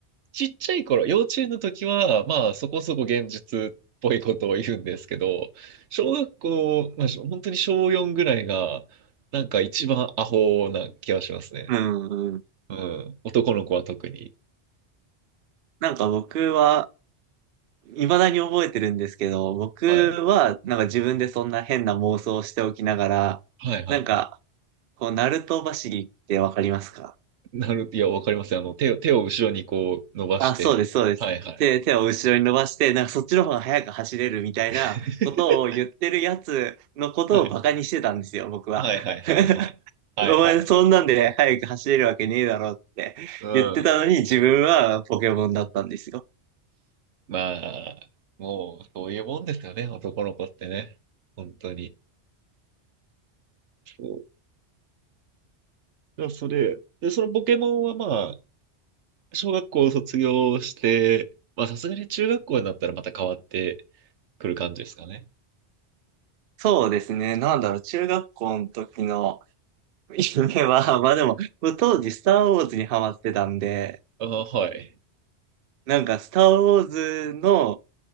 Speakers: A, on the right; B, on the right.
A: ちっちゃい頃、幼稚園の時は、まあ、そこそこ現実っぽいことを言うんですけど、小学校、まあ、しょ本当に小4ぐらいが、なんか一番アホな気がしますね。
B: うん、うん、
A: うん。男の子は特に。
B: なんか僕は、未だに覚えてるんですけど、僕はなんか自分でそんな変な妄想をしておきながら、
A: はい。はいはいはい。
B: なんか、こう、ナルト走りってわかりますか
A: なる、いや、わかりますよ。あの、手を、手を後ろにこう伸ばして、
B: あ、そうです、そうです。
A: はいはい。
B: で、手を後ろに伸ばして、なんかそっちの方が速く走れるみたいなことを言ってるやつのことをバカにしてたんですよ、
A: <laughs> はい。
B: 僕は。
A: はいはいはいはい。
B: <laughs>
A: はいはいはい。
B: お前そんなんで速く走れるわけねえだろって言ってたのに自分はポケモンだったんですよ。
A: うん。まあ、もう、そういうもんですよね、男の子ってね。本当に。そう。だからそれ、で、そのポケモンはまあ、小学校を卒業して、まあさすがに中学校になったらまた変わってくる感じですかね。
B: そうですね。なんだろう、中学校の時の夢は、<laughs> まあでも、当時スターウォーズにハマってたんで、
A: あ、はい。
B: なんかスターウォーズの